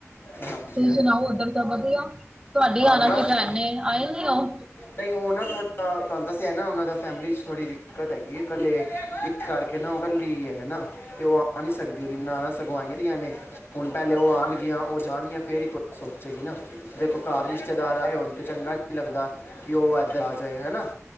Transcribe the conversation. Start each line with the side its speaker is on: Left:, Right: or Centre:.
Left: ਹਾਂਜੀ
Right: ਤੁਸੀਂ
Left: ਹਾਂਜੀ
Right: ਸੁਣਾਓ ਉਧਰ ਸਭ ਵਧੀਆ? ਤੁਹਾਡੀ,
Left: ਹਾਂ
Right: ਆਉਣਾ
Left: ਬਸ
Right: ਸੀ ਭੈਣ ਨੇ, ਆਈ ਨੀ ਉਹ?
Left: ਨਹੀਂ ਉਹ ਨਾ, ਥੋੜਾ ਤੁਹਾਨੂੰ ਦਸਿਆ ਹੈ ਨਾ, ਉਹਨਾਂ ਦਾ ਫੈਮਿਲੀ ਚ ਥੋੜੀ ਦਿੱਕਤ ਹੈਗੀ <unintelligible> ਆ ਨਹੀ ਸਕਦੀ, ਉਹਦੀ ਨਨਾਣਾਂ ਸਗੋਂ ਆਈਆਂ ਦੀਆਂ ਨੇ, ਉਲਟਾ ਹਲੇ, ਹੁਣ ਉਹ ਆਉਣਗੀਆਂ, ਉਹ ਜਾਣਗੀਆਂ ਫਿਰ ਈ ਸੋਚੇਗੀ ਨਾ, ਦੇਖੋ ਘਰ ਰਿਸ਼ਤੇਦਾਰ ਆਏ ਹੋਣ ਤੇ, ਚੰਗਾ ਨੀ ਲੱਗਦਾ, ਕਿ ਉਹ ਏਧਰ ਆ ਜਾਏ। ਹੈਨਾ?